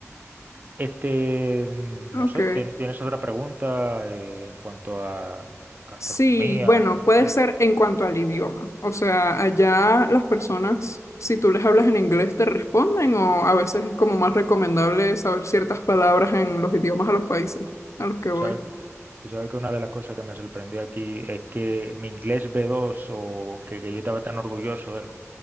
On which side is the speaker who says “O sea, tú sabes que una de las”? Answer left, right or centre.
Right